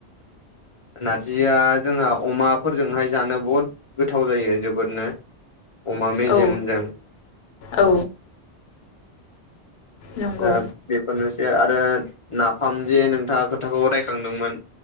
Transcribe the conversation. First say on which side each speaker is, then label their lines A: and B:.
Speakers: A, on the left; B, on the left.
A: नारजिया जोंहा अमाफोरजोंहाय जानो बहुद गोथाव जायो जोबोदनो। अमा मेजेमजों
B: औ औ नंगौ
A: दा बेफोरनोसै आरो नाफामजे नोंथाङा खोथाखौ रायखांदोंमोन‌